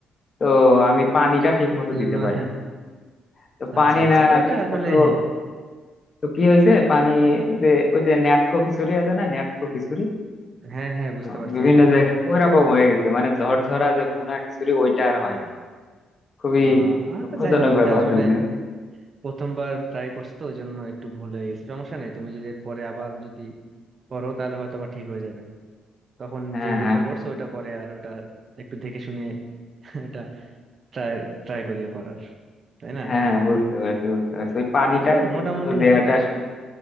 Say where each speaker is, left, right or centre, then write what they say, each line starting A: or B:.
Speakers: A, on the left (about 45°); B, on the right (about 45°).
A: তো আমি পানিটা ঠিক মতো
B: ওই
A: দিতে
B: জন্য
A: পারিনি
B: হ্যাঁ
A: তো পানি
B: আচ্ছা আচ্ছা
A: না
B: ওটা
A: ঠিক
B: আসলে
A: মতো
B: হ্যাঁ
A: তো কি হয়েছে পানি ওই যে ওই যে ন্যাটকো খিচুড়ি আছে না ন্যাটকো খিচুড়ি
B: হ্যাঁ হ্যাঁ বুঝতে
A: আহ,
B: পারছি
A: বিভিন্ন
B: হ্যাঁ
A: জায়গায় ওই রকম হয়ে গেছে মানে ঝরঝরা যে ভুনা খিচুড়ি ওইটা আর হয়নি খুবই
B: আহ আর
A: দুঃখজনক
B: তো যাই হোক ওইটা
A: ব্যাপার
B: আসলে
A: যদিও
B: প্রথমবার ট্রাই করছো তো ওই জন্য একটু ভুল হয়ে গেছে সমস্যা নেই তুমি যদি পরে আবার যদি করো তাহলে হয়তো বা ঠিক হয়ে যাবে তখন
A: হ্যাঁ
B: যে ভুলটা
A: হ্যাঁ
B: করছো ওটা পরে আর ওটা একটু দেখে শুনে <laughs> ওটা ট্রাই ট্রাই করিয়ে করার তাই না
A: হ্যাঁ বুঝতে পারছি বুঝতে পারছি ওই পানিটা
B: এই
A: ঠিক
B: মোটামুটি
A: মতো দেয়াটা আসলে